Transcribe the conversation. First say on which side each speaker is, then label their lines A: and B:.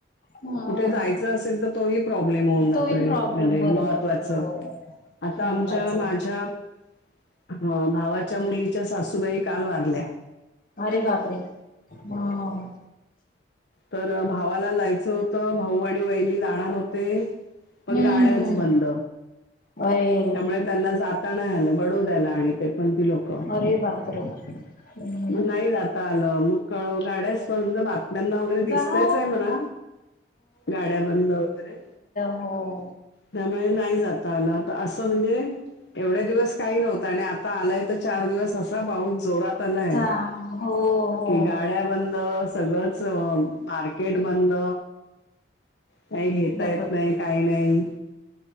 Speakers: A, on the left; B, on the left.
A: हा
B: कुठे जायचं असेल तर तोही प्रॉब्लेम होऊन जातोय
A: तोही प्रॉब्लेम
B: म्हणजे
A: बरोबर
B: महत्त्वाचं
A: हो
B: आता
A: महत्वाच
B: आमच्या माझ्या हा भावाच्या मुलीच्या सासूबाई काल वारल्या
A: अरे बापरे! हां.
B: तर भावाला लायचं होत भाऊ आणि वहिणी लाणार होते पण
A: हम्म
B: गाड्याच बंद.
A: अरे
B: त्यामुळे त्यांना जाता नाय आलं बडोद्यायला आणि ते पण ती लोकं.
A: अरे बापरे. हम्म.
B: मग नाही जात आलाव, मग कळ गाड्या <unintelligible> <unintelligible> वगैरे दिसतच
A: गाव
B: आहे म्हणा, गाड्या बंद वगैरे.
A: होय.
B: त्यामुळे नाही जात आला तर असं म्हणजे एवढ्या दिवस काही नव्हता आणि आता आलाय तर चार दिवस असा पाऊस जोरात आलाय
A: <unintelligible> हो
B: गाड्या बंदस सगळंच मार्केट बंद काही घेता
A: बरोबर
B: येत नाही काही नाही.